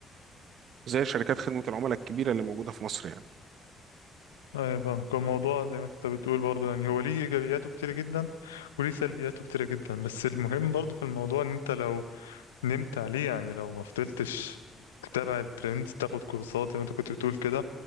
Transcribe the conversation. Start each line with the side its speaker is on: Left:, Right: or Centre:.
Right: زي شركات خدمة العملاء الكبيرة اللي موجودة في مصر يعني
Left: ايوه فاهم كان الموضوع زي ما انت بتقول برضه يعني هو ليه ايجابياته كتيره جدا وليه سلبياته كتيره جدا بس المهم برضه في الموضوع ان انت لو نمت عليه يعني لو ما فضلتش تتابع الترندز تاخد كورسات زي ما انت كنت بتقول كده